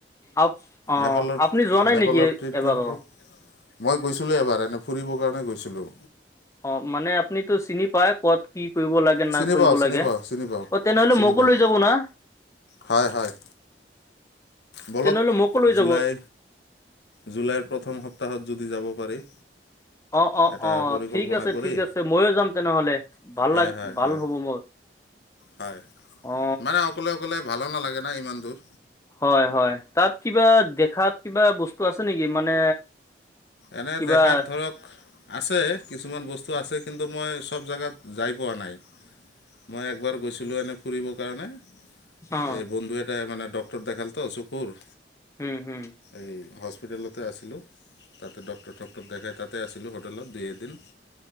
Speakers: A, on the left; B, on the left.
A: আপ অ
B: নেপালৰ
A: আপুনি যোৱা নাই
B: নেপালৰ
A: নেকি
B: ট্ৰিটমেণ্টটো।
A: এবাৰো
B: মই গৈছিলোঁ এবাৰ এনেই ফুৰিবৰ কাৰণে গৈছিলোঁ।
A: অঁ মানে আপুনিটো চিনি পায় ক'ত কি কৰিব লা
B: চিনি
A: কৰিব
B: পাওঁ চিনি
A: লাগে।
B: পাওঁ
A: অঁ,
B: চিনি পাওঁ
A: তেনেহ'লে
B: চিনি
A: মোকো
B: পাওঁ
A: লৈ যাব না।
B: হয় হয়, বলক
A: তেনেহলে মোকো লৈ
B: জুলাই
A: যাব
B: জুলাইৰ প্ৰথম সপ্তাহত যদি যাব পাৰি।
A: অহ-অহ-অহ'
B: এটা পৰিকল্পনা
A: ঠিক আছে
B: কৰি
A: ঠিক আছে, মইয়ো যাম তেনেহ'লে। ভাল
B: হয়
A: লাগ
B: হয়
A: ভাল
B: হয়
A: হ'ব মোৰ।
B: হয়
A: অ
B: মানে অকলে অকলে ভালো নালাগে না ইমান দূৰ।
A: হয় হয়, তাত কিবা দেখাত কিবা বস্তু আছে নেকি মানে
B: এনে
A: কিবা
B: দেখাত ধৰক আছে কিছুমান বস্তু আছে কিন্তু মই চ'ব জেগাত যাই পোৱা নাই। মই একবাৰ গৈছিলো এনেই ফুৰিবৰ কাৰণে
A: অ
B: এই বন্ধু এটাই মানে ডক্টৰত দেখাল তো চকুৰ
A: হুম হুম।
B: এই হস্পিটেলতে আছিলোঁ। তাতে ডক্টৰ থক্টৰ দেখাই তাতে আছিলোঁ হোটেলত দুই এদিন।